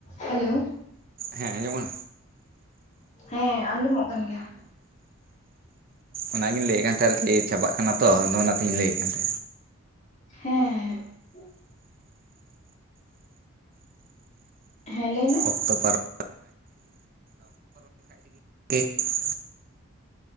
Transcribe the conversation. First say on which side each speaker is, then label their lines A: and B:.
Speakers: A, on the left; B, on the right.
A: Hello
B: ᱦᱮᱸ ᱟᱸᱡᱚᱢᱚᱜ
A: ᱦᱮᱸ ᱟᱸᱡᱚ ᱢᱚᱜ ᱠᱟᱱ ᱜᱮᱭᱟ
B: ᱚᱱᱟ ᱜᱮᱧ ᱞᱟᱹᱭ ᱮᱫ ᱠᱟᱱ ᱛᱟᱦᱮ ᱟᱨᱠᱤ ᱪᱟᱵᱟᱜ ᱠᱟᱱᱟ ᱛᱚ ᱟᱫᱚ ᱚᱱᱟ ᱛᱮᱧ ᱞᱟᱹᱭ ᱮᱫ ᱠᱟᱱᱟ
A: ᱦᱮᱸ ᱦᱮᱸ ᱦᱮᱸ ᱞᱟᱹᱭ ᱢᱮ
B: ᱚᱠᱛᱚ ᱯᱟᱨᱚᱢ <inaudible>